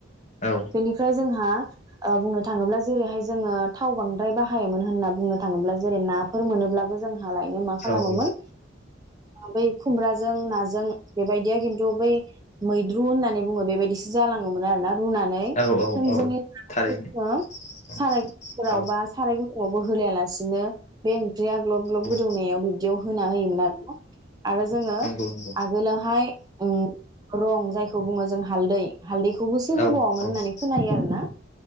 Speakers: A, on the left; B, on the right.
A: औ
B: बेनि जोंहा ओ बुंनो थाङोब्ला जेरैहाय जोङो थाव बांद्राय बाहायोमोन होनना बुंनो थाङोब्ला जेरै नाफोर मोनोब्लाबो जों हा लायनो मा खालामोमोन
A: औ औ
B: बै खुमब्राजों नाजों बेबायदिया खिन्थु बै मैद्रु होननानै बुङो बेबायदिसो जालाङोमोन आरोना रुनानै
A: औ औ
B: थोंजोङै
A: औ
B: <unintelligible>
A: थारैनो
B: जोङो
A: औ
B: सारायफोराव
A: औ
B: बा साराय गुदुंआवबो होलायालासिनो बे ओंख्रिया ग्लब ग्लब
A: औ
B: गोदौनायाव बिबदियाव हो होना होयोमोन आरोना आरो जोङो
A: नंगौ नंगौ
B: आगोलावहाय ओम रं जायखौ बुङो जों हालदै। हालदैखौबोसो
A: औ
B: होबावोमोन
A: औ
B: होननानै खोनायो आरोना आबै